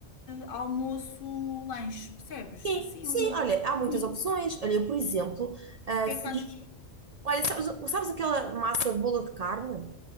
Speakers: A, on the left; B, on the right.
A: almoço-lanche, percebes?
B: Sim,
A: Assim,
B: sim,
A: um
B: olha, há muitas
A: mix.
B: opções.
A: O
B: Olha, eu, por exemplo, ah,
A: que
B: fiz-
A: é que achas?
B: olha, sabes, sabes aquela massa de bola de carne?